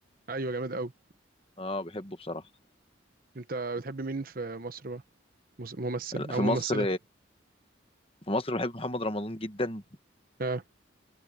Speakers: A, on the right (about 45°); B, on the left (about 30°).
A: أيوه جامد أوي
B: اه بحبه بصراحه
A: أنت بتحب مين في مصر بقى؟ مس- ممثل
B: لا،
A: او
B: في
A: ممثله
B: مصر في مصر بحب محمد رمضان جدا
A: آه.